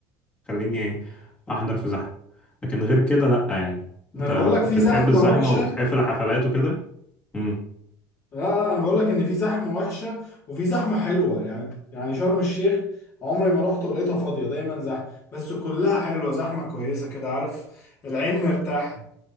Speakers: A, on the left; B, on the left.
A: خليني إيه، احضر في زحمه لكن غير كده لا يعني انت
B: ما أنا بقول لك في
A: بتحب
B: زحمة
A: الزحمه
B: وحشة
A: وبتحب الحفلات وكده امم
B: لا لا انا بقول لك ان في زحمه وحشه وفي زحمه حلوه يعني يعني شرم الشيخ عمري ما رحت ولقيتها فاضيه دايما زحمه بس كلها حلوه زحمه كويسه كده عارف العين مرتاحه